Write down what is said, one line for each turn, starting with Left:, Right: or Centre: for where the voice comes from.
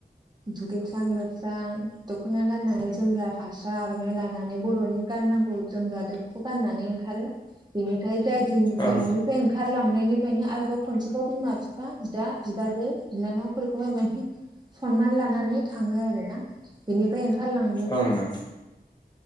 Right: दुगैस्रां लोबस्रां दख'ना गाननानै जोमग्रा फास्रा आर'नाइ लानानै बर'नि गाननांगौ जोमब्ला द बेखौ गाननानै ओंखारो। बेनिफ्राय जाय दिननिफ्राय
Left: ओं
Right: न'निफ्राय ओंखारलांनायनिफ्रायनो आरोबाव खनसेबाव बिमा बिफा बिदा बिबाजै बिनानावफोरखौहाय माने सनमानै लानानै थाङो आर ना बेनिफ्राय ओंखारलां
Left: ओं ओं।